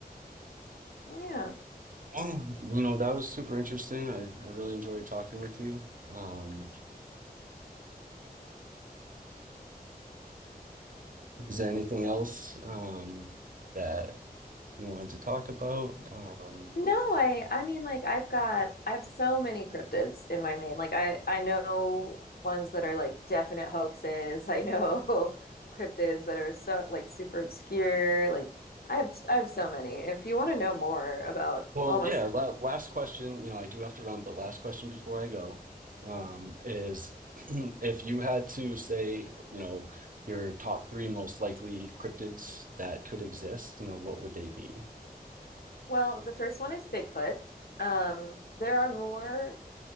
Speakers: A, on the left; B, on the right.
A: Yeah.
B: Well, you know, that was super interesting. I, I really enjoyed talking with you. Um, is there anything else um, that you wanted to talk about? Um,
A: No, I I mean like I've got I have so many cryptids in my main. Like I I know ones that are like definite hoaxes. I know <laughs> cryptids that are so like super obscure. Like I have I have so many. If you want to know more about
B: Well,
A: almost
B: yeah, la last question, you know, I do have to run, but last question before I go, um, is <clears throat> if you had to say, you know, your top three most likely cryptids that could exist, you know, what would they be?
A: well, the first one is Bigfoot. Um, there are more